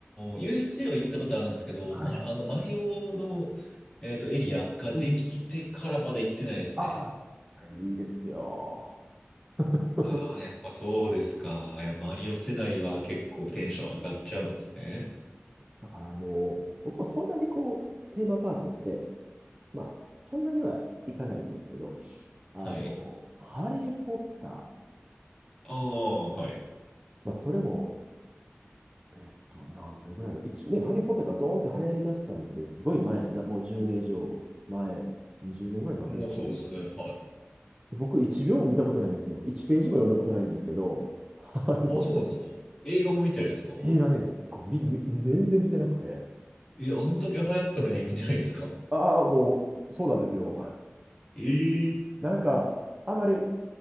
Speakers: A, on the left (about 20°); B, on the right (about 25°).
A: ー、USJ は行ったことあるんですけど、
B: はいはい。
A: ま、あの、マリオの、えっと、エリアができてからまだ行ってないですね。
B: うんうん。ああ、あれいいですよ。<laughs>
A: ああ、やっぱそうですか。いや、マリオ世代は結構テンション上がっちゃうんですね。
B: だから、あの、僕もそんなにこう、テーマパークってまあ、そんなにはいかないんですけど、あの、
A: はい。
B: ハリー・ポッター、
A: ああ、はい。
B: まあ、それも、えっと、何歳ぐらいの、一ね、ハリー・ポッターがドーンって流行り出したんって、すごい前な、もう10年以上前、20年ぐらいになるのかな。
A: もうそうですね。はい。
B: 僕、1秒も見たことないんですよ。1ページも読んだことないんですけど、あの、
A: ああ、そうなんですか。映画も見てないんですか
B: 映画ね、こうみみ全然見てなくて、
A: え、あんだけ流行ったのに見てないんですか
B: ああ、もう、そうなんですよ。
A: ええー
B: なんか、あまり